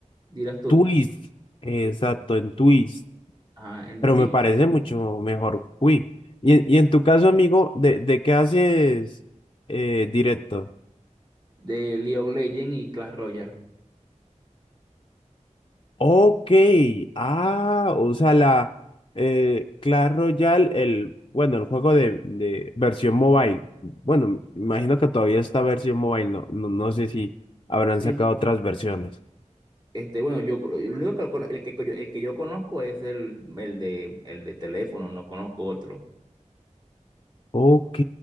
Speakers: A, on the right (about 35°); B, on the left (about 40°).
A: dirás tú.
B: Twist, exacto, en Twist,
A: Ajá, en
B: pero
A: Twitch
B: me parece mucho mejor Quick. Y, y en tu caso, amigo, ¿de, de qué haces eh, directo?
A: de League of Legends y Clash Royale.
B: Ok, ah, o sea, la eh, Clash Royale, el, bueno, el juego de, de versión mobile. Bueno, me imagino que todavía está versión mobile, no, no, no sé si habrán
A: Sí,
B: sacado
A: sí.
B: otras versiones.
A: Este, bueno, yo el único que, lo cono- el que, yo- el que yo conozco es el, el de, el de teléfono, no conozco otro.
B: Ok.